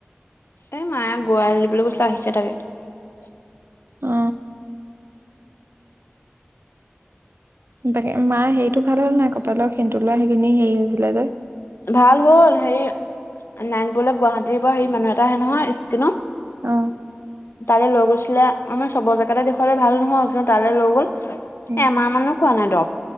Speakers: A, on the left; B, on the right.
A: এই মায়ে গৰু এৰাল দিবলৈ গৈছিলে আহিছে তাকে
B: অ তাকে মা হেৰিতটো ভাল হ'ল নাই কপালৰ সেন্দুৰ লোৱা সেইখিনি হেৰি হৈছিলে যে
A: ভাল হ'ল হেৰি বোলে নাৰায়ণপুৰলে গুৱাহাটীৰ পৰা হে মানুহ এটা আহে নহয়
B: অ
A: তাল লৈ গৈছিলে আমি চবৰ জেগাতে দেখুৱালে ভাল নহয় কিন্তু তালৈ লৈ গ'ল
B: উম
A: এমাহ মানো খোৱা নাই দৰৱ